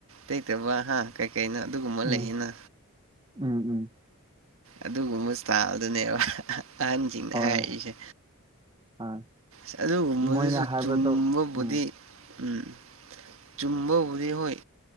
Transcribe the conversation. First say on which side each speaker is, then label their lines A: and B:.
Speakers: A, on the right; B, on the right.
A: ꯇꯦꯛꯇꯕ ꯍꯥ ꯀꯩꯀꯩꯅꯣ ꯑꯗꯨꯒꯨꯝꯕ
B: ꯎꯝ
A: ꯂꯩꯌꯦꯅ
B: ꯎꯝ ꯎꯝ
A: ꯑꯗꯨꯒꯨꯝꯕ ꯏꯁꯇꯥꯜꯗꯨꯅꯦꯕ ꯑꯍꯟꯁꯤꯡꯅ
B: ꯍꯣꯏ
A: ꯍꯥꯏꯔꯛꯏꯁꯦ
B: ꯍꯣꯏ
A: ꯑ ꯑꯗꯨꯒꯨꯝꯕꯗꯨꯁꯨ
B: ꯃꯣꯏꯅ ꯍꯥꯏꯕꯗꯣ
A: ꯆꯨꯝꯕꯕꯨꯗꯤ
B: ꯎꯝ
A: ꯎꯝ ꯆꯨꯝꯕꯕꯨꯗꯤ ꯍꯣꯏ